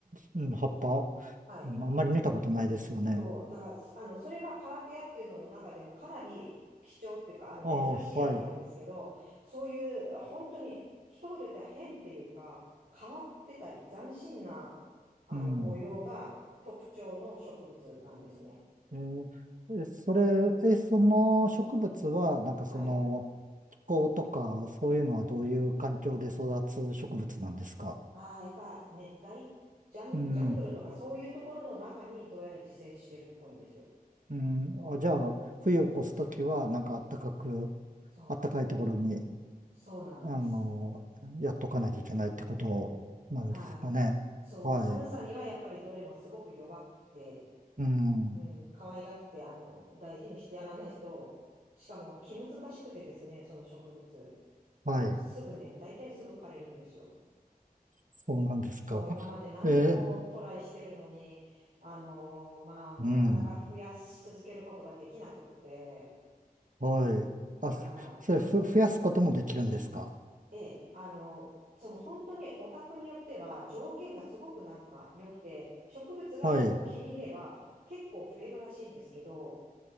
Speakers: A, on the right; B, on the right.
A: うん葉っぱ、
B: はい。
A: うんあんまり見たことないですよね。
B: そう。だから、すあの、それは空手屋っていうのの中でもかなり貴重っていうか、あの、
A: ああ、
B: 珍しいやつなんですけど、
A: はい。
B: そういう、本当に、一言で言ったら変っていうか、変わってたり、斬新な、あの、
A: うん。
B: 模様が特徴の植物なんですね。
A: えーえそれ、え、その植物は、なんかその、
B: はい。
A: 気候とか、そういうのはどういう環境で育つ植物なんですか
B: ああ、やっぱ、熱帯ジャン、
A: うん。
B: ジャングルとかそういうところの中にどうやら自生してるっぽいんですよ。
A: うん。あ、じゃあ、冬を越すときは、なんか暖かく、
B: そう。
A: 暖かいところに、
B: そうなんです。
A: あの、やっとかないといけないってことなんですかね。
B: はい。そう。
A: はい。
B: 寒さにはやっぱりどれもすごく弱くて、
A: うん。
B: うん、可愛がって、あの、大事にしてやらないと、しかも気難しくてですね、その植物。
A: はい。
B: あの、すぐね、大体すぐ枯れるんですよ。
A: そうなんですか。
B: そう、今まで何度もトライしてるのに、
A: えー、
B: あのーまあ、なかなか増やし続けることができなくって、
A: うん。はい。あ、
B: だから、
A: そそれふ、増やすこともできるんですか
B: ええ、あの、その本当にお宅によっては条件がすごくなんか良くて、植物がそこを気に入れば結構増えるらしいんですけど、
A: はい。